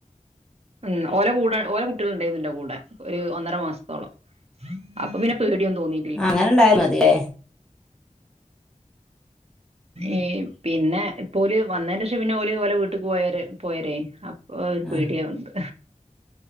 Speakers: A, on the right; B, in the centre.
A: ഉം ഓല കൂടെ ഓല കുട്ട്യള് ണ്ടായിന്നു ന്റെകൂടെ ഒരു ഒന്നര മാസത്തോളം അപ്പൊ പിന്നെ പേടിയൊന്നും തോന്നി
B: അങ്ങനെണ്ടായാൽ മതില്ലേ?
A: ഏയ് പിന്നെ ഇപ്പോല് വന്നേന്റെഷം പിന്നെ ഓല് ഓലെ വീട്ടക്ക് പോയരെ പോയരേ അ ഓ ഒരു
B: ആഹ്
A: പേടിയാവണ്ട്